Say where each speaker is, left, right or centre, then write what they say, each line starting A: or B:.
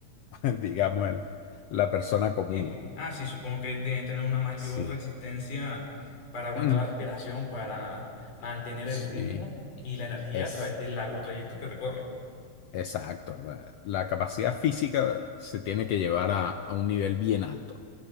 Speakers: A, on the left; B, on the left.
A: <laughs> digamos, el- la persona común.
B: Sí, como- ah, sí, supongo que deben tener una mayor
A: Sí.
B: resistencia para aguantar
A: Mm,
B: la respiración, para mantener
A: sí,
B: el ritmo y la energía
A: es.
B: a través del largo trayecto que recorren.
A: Exacto, la, la capacidad física se tiene que llevar a, a un nivel bien alto.